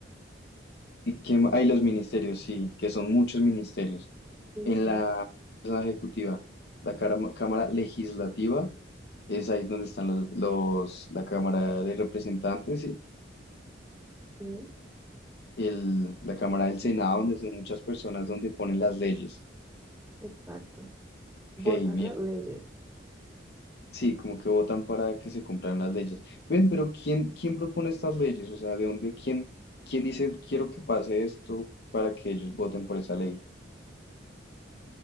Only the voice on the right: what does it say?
Sí,
sí,
sí,
y-
exacto. Votan
las leyes.